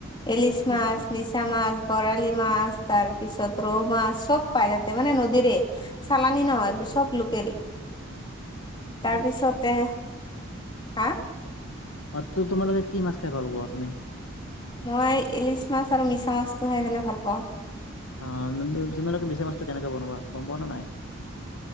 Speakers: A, on the left; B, on the left.
A: এলিছ
B: কি কি
A: মাছ
B: কি
A: কেচা মাছ, বৰালি মাছ, তাৰপিছত ৰৌ মাছ চব পায় তাতে মানে নদীৰে চালানি নহয়তো চব লোকেল।
B: তোমাৰ
A: তাৰপিছতে,
B: তোমালোকে
A: হা?
B: <unintelligible> তোমালোকে কি মাছ খাই ভাল পোৱা, তুমি?
A: মই ইলিচ মাছ আৰু মিছা মাছটো খাই কিনে ভাল পাওঁ।
B: অ', তোমালোকে মিছা মাছটো কেনেকে বনোৱা, গম পোৱা নে নাই?